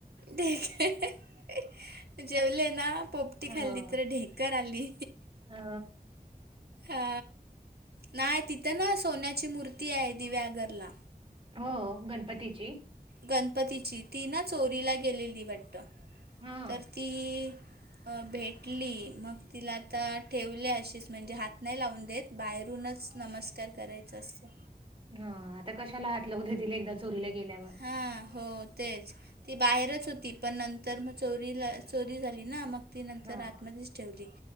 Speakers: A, on the right; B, on the right.
A: दे ज जेवले ना? पोपटी
B: हो
A: खाल्ली तर ढेकर आली.
B: अ
A: हा नाही तिथं ना सोन्याची मूर्ती आहे दिव्या घरला.
B: हो गणपतीची.
A: गणपतीची ती ना चोरीला गेलेली वाटत
B: हा
A: तर ती भेटली मग तिला आता ठेवले अशीच म्हणजे हात नाही लावून देत. बाहेरूनच नमस्कार करायचा असतं.
B: हा आता कशाला हात लावू देतील एकदा चोरीला गेल्यावर.
A: हा हो तेच. ती बाहेरच होती पण नंतर मग चोरीला चोरी झाली ना मग ती नंतर
B: हां,
A: आतमध्येच ठेवली